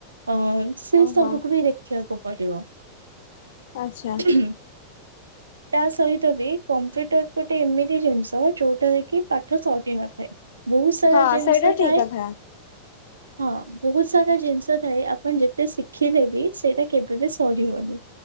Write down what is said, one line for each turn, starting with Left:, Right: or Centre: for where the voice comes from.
Right: କଣ। ସେଇ
Left: ଓହୋ
Right: ସବୁକୁୁ ବି ଦେଖିବାକୁ ପଡିବ।
Left: ଆଚ୍ଛା।
Right: ତା ସହିତ ବି କମ୍ପ୍ୟୁଟର ଗୋଟେ ଏମିତି ଜିନିଷ। ଯୋଉଟା ରେ କି ପାଠ ସରି ନଥାଏ। ବହୁତ ସାରା
Left: ହଁ
Right: ଜିନିଷ
Left: ସେଇଟା
Right: ଥାଏ
Left: ଠିକ କଥା
Right: ହଁ। ବହୁତ ସାରା ଜିନିଷ ଥାଏ ଆପଣ ଯେତେ ଶିଖିଲେ ବି ସେଇଟା କେବେ ବି ସରିବନି।